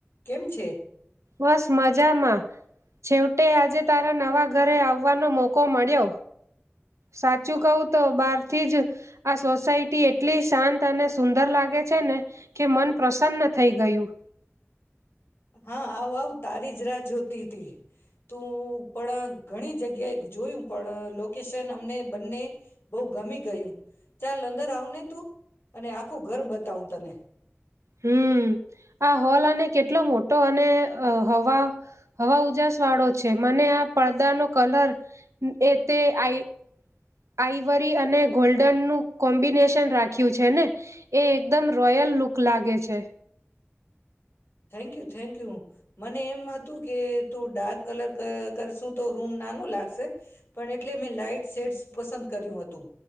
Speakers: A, on the left; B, on the right.
A: કેમ છે?
B: બસ મજામાં. છેવટે આજે તારા નવા ઘરે આવવાનો મોકો મળ્યો સાચું કહું તો બહારથી જ આ સોસાયટી એટલી શાંત અને સુંદર લાગે છે ને કે મન પ્રસન્ન થઈ ગયું.
A: હા આવ આવ તારી જ રા જોતી હતી તું પણ ઘણી જગ્યાએ જોયું પણ લોકેશન અમને બંને બહુ ગમી ગયું. ચાલ અંદર આવને તું. અને આખું ઘર બતાવું તને.
B: હમ આ હોલ અને કેટલો મોટો અને હવા હવા ઉજાસ વાળો છે મને આપ પડદા નો કલર એ તે આઈ આઈવરી અને ગોલ્ડનનું કોમ્બિનેશન રાખ્યું છે ને એ એકદમ રોયલ લૂક લાગે છે.
A: થેન્કયુ થેન્ક યુ મને એમ હતું કે તું ડાર્ક કલર કરશું તો રૂમ નાનો લાગશે પણ એટલે મેં લાાઈટ શેડ્સ પસંદ કર્યું હતું